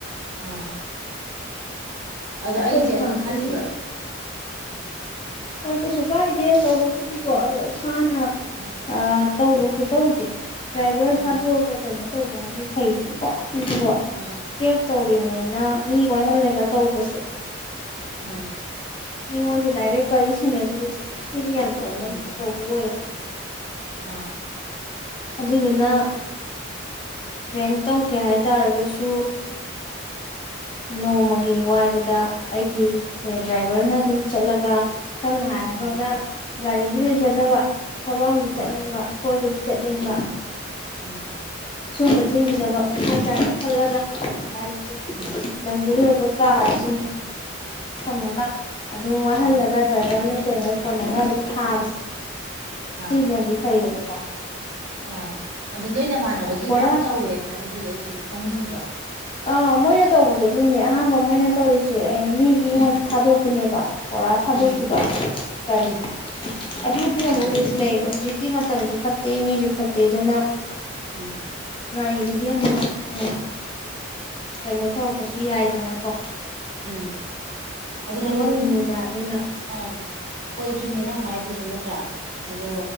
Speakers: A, on the right; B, on the left.
A: ꯑꯥ ꯑꯗꯣ
B: ꯑꯩꯈꯣꯏ
A: ꯑꯩꯁꯦ
B: ꯏꯃꯥꯟꯅꯕꯈꯩꯅ
A: ꯑꯗꯨ ꯈꯜꯂꯤꯕ
B: ꯍꯣꯏ ꯀꯩꯁꯨ ꯀꯥꯏꯗꯦ ꯇꯧꯕꯕꯨꯗꯤꯀꯣ ꯑꯗꯣ ꯍꯅ
A: ꯎꯝ
B: ꯑ ꯇ ꯈꯨ ꯇꯧ ꯎꯆꯦ ꯗ꯭ꯔꯥꯏꯚꯔ
A: ꯎꯝ
B: ꯊꯥꯨ ꯍꯕ ꯀꯩꯅꯣ ꯇꯧꯕꯅꯗꯤ ꯐꯩꯌꯦꯕꯀꯣ <unintelligible>
A: ꯎꯝ
B: ꯇꯧꯔꯤꯅꯦꯅ ꯃꯤ ꯋꯥꯏꯍꯜꯂꯒ ꯇꯧꯕꯁꯦ
A: ꯎꯝ
B: ꯃꯤꯉꯣꯟꯟ ꯗꯗꯥꯏꯔꯠ ꯀ ꯏꯁꯤꯤꯟꯒꯤꯁ ꯁꯤꯗꯤ ꯌꯥꯝ ꯄ꯭ꯔꯣꯕ꯭ꯂꯦꯝ
A: ꯎꯝ
B: ꯑꯆꯧꯕ ꯑꯣꯏꯌꯦꯕ
A: ꯑꯥ
B: ꯑꯗꯨꯗꯨꯅ ꯔꯦꯟ ꯇꯧꯒꯦ ꯍꯥꯏ ꯇꯥꯔꯒꯁꯨ ꯅꯣꯡꯃꯒꯤ ꯋꯥꯏꯕꯗ ꯑꯩꯒꯤ ꯗ꯭ꯔꯥꯏꯚꯔꯅ ꯑꯗꯨꯝ ꯆꯠꯂꯒ ꯁꯝꯅ ꯍꯥꯏꯔꯕꯗ
A: ꯎꯝ
B: ꯒꯥꯔꯤꯅꯤ ꯂꯩꯖꯗꯕ ꯊꯕꯛ ꯑꯃꯗꯤ ꯆꯠꯅꯤꯡꯕ
A: ꯍꯣꯏ
B: ꯀꯣꯏꯕꯗꯤ ꯆꯠꯅꯤꯡꯕ
A: ꯎꯝ
B: ꯁꯨꯝꯕꯁꯤꯡꯒꯤꯗꯃꯛ ꯍꯥꯏꯇꯥꯔꯦ ꯈꯜꯂꯒ ꯒꯥꯔꯤꯁꯦ
A: ꯎꯝ
B: ꯂꯛꯖꯔꯤ ꯑꯣꯏꯕ ꯀꯥꯖ ꯊꯃꯗ ꯑꯗꯨꯝ ꯋꯥꯍꯜꯂꯒ
A: ꯎꯝ
B: ꯗ꯭ꯔꯥꯏꯚꯔꯅꯦ ꯏꯀꯣꯟꯅꯣ ꯑꯗꯨ ꯊꯥꯕꯁꯦ ꯁꯤꯅꯗꯤ
A: ꯑꯥ
B: ꯐꯩꯌꯦꯕ ꯀꫭ
A: ꯑꯥ ꯑꯗꯨ ꯅꯣꯏ ꯅꯃꯥꯟꯅꯕꯒꯤ
B: ꯕꯣꯔꯥ
A: ꯃꯌꯥꯝ ꯇꯧꯋꯦ ꯍꯥꯏꯕ ꯑꯗꯨꯒꯤ ꯑꯩꯖꯤ ꯈꯪꯅꯤꯡꯉꯤꯕ
B: ꯑꯥ ꯃꯣꯏꯅ ꯇꯧꯕꯗꯣ ꯑꯗꯨꯅꯦ ꯑꯍꯥꯟꯕ ꯃꯣꯏꯅ ꯇꯧꯔꯤꯁꯦ ꯑꯩ ꯃꯤꯒꯤ
A: ꯎꯝ
B: <unintelligible> ꯊꯥꯗꯣꯛ ꯄꯨꯅꯦꯕ ꯄꫭꯔꯥ ꯊꯥꯗꯣꯛꯈꯤꯕ
A: ꯎꯝ
B: ꯁ ꯒꯥꯔꯤꯁꯦ
A: ꯎꯝ
B: ꯑꯗꯨꯗꯤ ꯑꯃꯨꯛ
A: ꯎꯝ
B: ꯔꯤꯛꯁ ꯂꯩꯌꯦꯕ ꯍꯧꯖꯤꯛꯇꯤ ꯃ ꯃꯇꯝꯖꯨ ꯐꯠꯇꯦ ꯃꯤꯖꯨ ꯐꯠꯇꯦ ꯑꯗꯨꯅ
A: ꯎꯝ
B: ꯒꯥꯔꯤꯗꯨꯒꯤ ꯑꯃꯛ ꯎꯝ ꯀꯩꯅꯣ ꯇꯧꯔꯛꯄꯁꯨ ꯌꯥꯏꯗꯅꯀꯣ
A: ꯎꯝ ꯑꯗꯨ
B: ꯑꯗꯨꯒꯤꯅꯤꯗ
A: ꯂꯣꯟ
B: ꯑꯗꯨꯅ
A: ꯑꯥ ꯍꯣꯏ ꯆꯨꯝꯃꯦ‌ ꯅꯪ ꯍꯥꯏꯗꯨꯁꯨ ꯅꯠꯇ꯭ꯔꯥ ꯑꯗꯣ